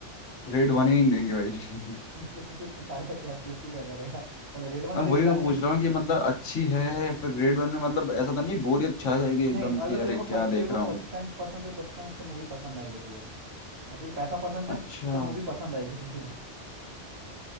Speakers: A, on the left; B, on the right.
A: रेड वन ही नहीं देखी भाई <laughs>
B: <laughs> तो तो फिर तो फायदा क्या है, पूछ के क्या करेगा पहले रेड वन
A: मैं
B: देख
A: वही
B: जाके
A: तो पूछ
B: अ-
A: रहा हूँ कि मतलब अच्छी है फिर रेड वन में मतलब ऐसा तो नहीं बोरियत छा जाएगी एकदम
B: नहीं अगर
A: कि
B: तेरे
A: अरे
B: को
A: क्या
B: सस, तेरे
A: देख
B: को
A: रहा
B: सस्पेंस
A: हूँ
B: पसंद है सस्पेंस तो मूवी पसंद आएगी तुझे और तुझे पैसा पसंद है
A: अच्छा
B: तो मूवी पसंद आएगी तुझे <laughs>